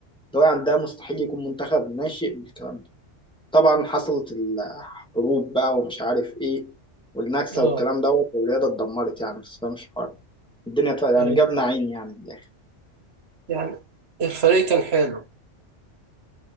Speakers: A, in the centre; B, on the right.
A: هو يعني ده مستحيل يكون منتخب ناشئ بالكلام ده طبعا حصلت الحروب بقى ومش عارف ايه والنكسة
B: اه
A: والكلام دوت والرياضة اتدمرت يعني بس ده مش حوار الدنيا طبعا يعني
B: ايوه
A: جابنا عين يعني من الآخر
B: يعني الفريق كان حلو